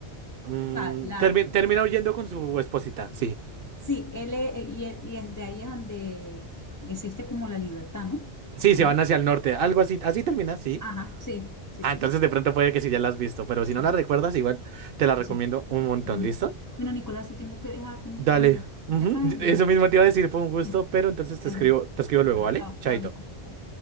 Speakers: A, on the right; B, on the left.
A: Mm,
B: O sea, la,
A: termi- termina huyendo con su esposita, sí.
B: Sí, él e- y, e- y es de ahí es donde existe como la libertad, ¿no?
A: Sí,
B: No
A: se
B: sé.
A: van hacia el norte, algo así, así termina, sí.
B: Ajá, sí, sí,
A: Ah,
B: sí,
A: entonces de pronto puede que sí ya la has visto, pero si
B: sí,
A: no la
B: sí,
A: recuerdas, igual te la recomiendo
B: sí.
A: un montón,
B: Bueno,
A: ¿listo?
B: bueno, Nicolás, te tengo que dejar, tengo
A: Dale.
B: que ir a mirar
A: Ujú,
B: de acá y
A: Eso mismo te iba a decir, fue un gusto,
B: y-
A: pero entonces te
B: bueno,
A: escribo, te escribo luego,
B: bueno,
A: ¿vale?
B: chao,
A: Chaito.
B: chao, Nico. Chao.